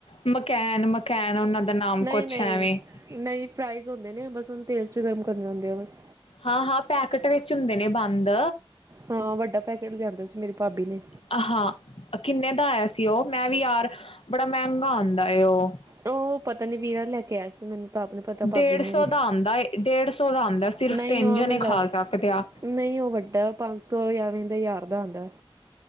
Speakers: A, on the left (about 80°); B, on the right (about 35°).
A: ਮਕੈਨ-ਮਕੈਨ ਉਹਨਾਂ ਦਾ- ਨਾਮ
B: ਨਹੀਂ-ਨਹੀਂ,
A: ਕੁਛ ਐਵੇਂ
B: ਨਹੀਂ ਫਰਾਈਜ਼ ਹੁੰਦੇ ਨੇ, ਬਸ ਉਹਨੂੰ ਤੇਲ ਚ ਗਰਮ ਕਰਨੇ ਹੁੰਦੇ ਆ ਬਸ।
A: ਹਾਂ-ਹਾਂ, ਪੈਕਟ ਵਿੱਚ ਹੁੰਦੇ ਨੇ ਬੰਦ।
B: ਹਾਂ, ਵੱਡਾ ਪੈਕੇਟ ਲਿਆਂਦਾ ਸੀ ਮੇਰੀ ਭਾਬੀ ਨੇ।
A: ਆ ਹਾਂ, ਕਿੰਨੇ ਦਾ ਆਇਆ ਸੀ ਉਹ? ਮੈਂ ਵੀ ਯਾਰ ਬੜਾ ਮਹਿੰਗਾ ਆਉਂਦਾ ਹੈ ਉਹ।
B: ਉਹ, ਪਤਾ ਨੀ ਵੀਰਾ ਲੈ ਕੇ ਆਇਆ ਸੀ ਮੈਨੂੰ- ਤਾਂ ਆਪ ਨੀ ਪਤਾ ਭਾਬੀ
A: ਡੇਢ
B: ਨੇ
A: ਸੌ
B: ਦਿੱਤੇ
A: ਦਾ ਆਉਂਦਾ-ਡੇਢ ਸੌ ਦਾ ਆਉਂਦਾ ਸਿਰਫ
B: ਸੀ। ਨਹੀਂ
A: ਤਿੰਨ
B: ਉਹ
A: ਜਣੇ
B: ਮੈਨੂੰ ਲੱਗ
A: ਖਾ ਸਕਦੇ ਆ।
B: ਨਹੀਂ, ਉਹ ਵੱਡਾ ਪੰਜ ਸੌ ਯਾ ਐਵੇਂ ਹਜ਼ਾਰ ਦਾ ਆਉਂਦਾ।